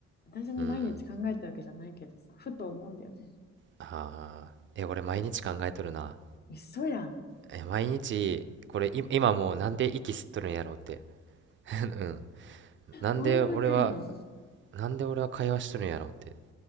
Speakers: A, on the left (about 35°); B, on the right (about 40°).
A: 私も毎日考えたわけじゃないけどさ、
B: うん。
A: ふと思うんだよね。
B: ああ。え、俺毎日考えとるな。
A: 嘘やん。
B: え、毎日、これ、い今もうなんで息吸っとるんやろうって。<laughs> うん。なんで俺は、
A: ほんまかいな。
B: なんで俺は会話しとるんやろうって。